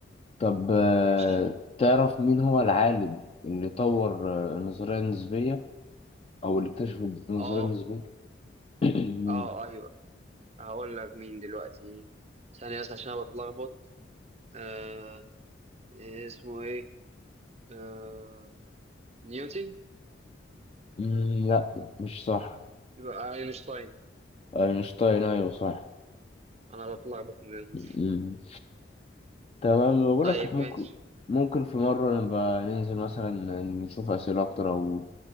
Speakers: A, on the left; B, on the right.
A: طب آه،
B: ماشي
A: تعرف مين هو العالم اللي طور آه، النظرية النسبية أو اللي اكتشف النظرية
B: أه
A: النسبية؟ <coughs> <clears throat> مم.
B: أه آه، أيوه هقول لك مين دلوقتي ثانية بس عشان أنا بتلخبط آه إيه اسمه إيه آه نيوتن
A: مم، لا مش صح
B: يبقى أينشتاين
A: أينشتاين أيوة صح
B: أنا بتلخبط من
A: مم. تمام بقول
B: طيب
A: لك إحنا
B: ماشي
A: ممكن ممكن في مرة نبقى ننزل مثلا نشوف أسئلة أكتر أو